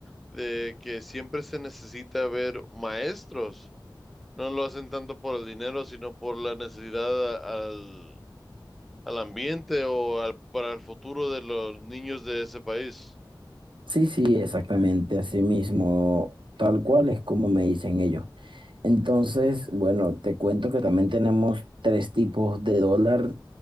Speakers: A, in the centre; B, on the right (about 85°).
A: de que siempre se necesita ver maestros. No lo hacen tanto por el dinero, sino por la necesidad a- al, al ambiente o al, para el futuro de los niños de ese país.
B: Sí, sí, exactamente, así mismo, tal cual es como me dicen ellos. Entonces, bueno, te cuento que también tenemos tres tipos de dólar.